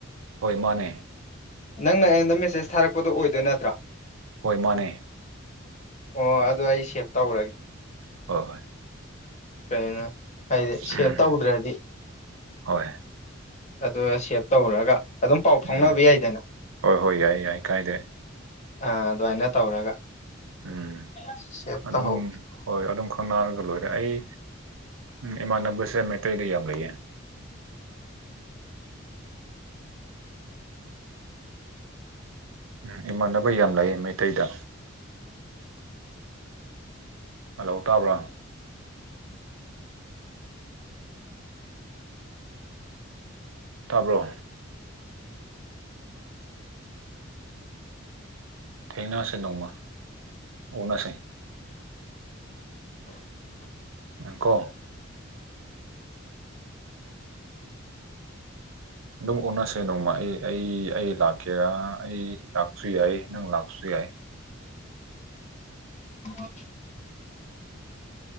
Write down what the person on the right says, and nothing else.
ꯍꯣꯏ ꯃꯥꯅꯦ
ꯍꯣꯏ ꯃꯅꯦ
ꯍꯣꯏ ꯍꯣꯏ
ꯎꯝ
ꯍꯣꯏ
ꯎꯝ
ꯍꯣꯏ ꯍꯣꯏ ꯌꯥꯏ ꯌꯥꯏ ꯀꯥꯏꯗꯦ
ꯎꯝ
ꯑꯗꯨꯝ
ꯍꯣꯏ ꯑꯗꯨꯝ ꯈꯪꯅꯔꯒ ꯂꯣꯏꯔ ꯑꯗ ꯑꯩ ꯏꯃꯥꯟꯅꯕꯁꯦ ꯃꯩꯇꯩꯗ ꯌꯥꯝ ꯂꯩꯌꯦ ꯎ ꯏꯃꯥꯟꯅꯕ ꯌꯥꯝ ꯂꯩ ꯃꯩꯇꯩꯗ ꯍꯜꯂꯣ ꯇꯥꯕ꯭ꯔꯥ ꯇꯥꯕ꯭ꯔꯣ ꯊꯦꯡꯅꯁꯦ ꯅꯣꯡꯃ ꯑꯣꯅꯁꯦ
ꯎ ꯀꯣ ꯑꯗꯨꯝ ꯑꯣꯟꯅꯁꯦ ꯅꯣꯡꯃ ꯑꯩ ꯑꯩ ꯑꯩ ꯂꯥꯛꯀꯦꯔꯥ ꯑꯩ ꯂꯥꯛꯁꯨ ꯌꯥꯏ ꯅꯪ ꯂꯥꯛꯁꯨ ꯌꯥꯏ ꯀꯏ <unintelligible>